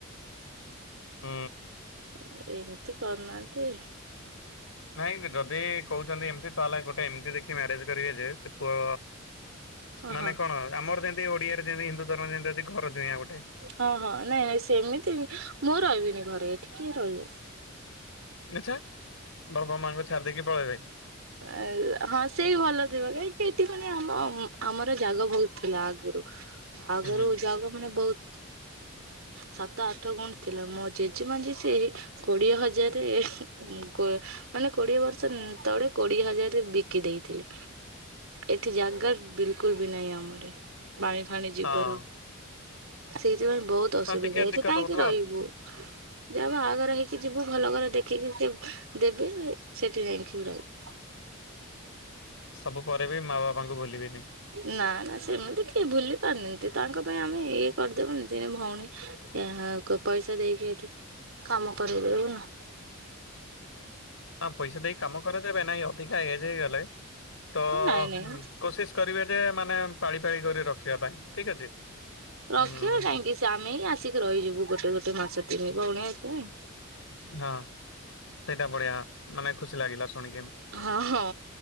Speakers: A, on the left; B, on the right.
A: ହୁଁ।
B: ଅ ଏମିତି କରୁନାହାନ୍ତି
A: ନାଇଁ ଯଦି କହୁଛନ୍ତି ଏମିତି ତାହେଲେ ଗୋଟେ ଏମିତି ଦେଖି ମ୍ୟାରେଜ କରିବେ ଯେ ସେ ପୁଅ
B: ଓହୋ।
A: ମାନେ କଣ ଆମର ଯେମତି ଓଡିଆରେ ଯେମତି ହିନ୍ଦୁ ଧର୍ମରେ ଯେମିତି ଅଛି ଘର ଜୁଆଁ ଗୋଟେ
B: ହଁ ହଁ ନାଇଁ ନାଇଁ ସେମିତି ମୁଁ ରହିବିନି ଘରେ, ଏଠି କିଏ ରହିବ?
A: ଆଚ୍ଛ। ବାପା ମାଆଙ୍କୁ ଛାଡି ଦେଇକି ପଳେଇବେ?
B: ଅ ହଁ ସେଇ ଭଲଥିବ କାହିଁକି ଏଠି ମାନେ ଆମ ଆମର ଜାଗ ବହୁତ ଥିଲା ଆଗରୁ ଆଗରୁ
A: ହୁଁ ହୁଁ
B: ଜାଗା ମାନେ ବହୁତ ସାତ ଆଠ ଗୁଣ୍ଠ ଥିଲା ମୋ ଜେଜେମା ଯିଏ ସିଏ କୋଡିଏ ହଜାର ତେ ଉଁ କୋ ମାନେ କୋଡିଏ ବର୍ଷ ଉଁ ତଳେ କୋଡିଏ ହଜାରରେ ବିକି ଦେଇଥିଲେ। ଏଠି ଜାଗା ବିଲକୁଲ ବି ନାହିଁ ଆମ ଆଡ଼େ। ପାଣି ଫାଣି ଯିବାରୁ
A: ହଁ
B: ସେଇଥିପାଇଁ ବହୁତ ତ ଅସୁବିଧା
A: ହଁ ଟିକେ
B: ଏଠି
A: ଦିକତ
B: କାହିଁକି
A: ହଉଥିବ
B: ରହିବୁ, ଯାହା ବାହାଘର ହେଇକି ଯିବୁ ଭଲ ଘରେ ଦେଖିକି ସେ ଦେବେ ସେଠି ଯାଇଁକି ରହିବୁ।
A: ସବୁ ପରେ ବି ମା ବାପାଙ୍କୁ ଭୁଲିବେନି।
B: ନା ନା ସେମିତି କିଏ ଭୁଲି ପାରନ୍ତି ତାଙ୍କ ପାଇଁ ଆମେ ଇଏ କରିଦେବୁନି ତିନି ଭଉଣୀ କାହାକୁ ପଇସା ଦେଇକି ଏଠି କାମ କରେଇଦଉ ନ।
A: ହଁ ପଇସା ଦେଇ କାମ କରେଇଦେବେ ନାଇଁ ଅଧିକା ଏଜ୍ ହେଇଗଲେ ତ
B: ନାଇଁ ନାଇଁ
A: ହୁଁ କୋଶିସ କରିବେ ଯେ ମାନେ ପାଳି ପାଳି କରି ରଖିବା ପାଇଁ ଠିକ ଅଛି।
B: ରଖିବେ
A: ଉଁ
B: କାହିଁକି ସେ ଆମେ ହିଁ ଆସିକି ରହିଯିବୁ ଗୋଟେ ଗୋଟେ ମାସ ତିନି ଭଉଣୀ ଅଛୁ <unintelligible>
A: ହଁ ସେଇଟା ବଢିଆ ମାନେ ଖୁସି ଲାଗିଲା ଶୁଣିକି ଏମ୍
B: ହଁ ହଁ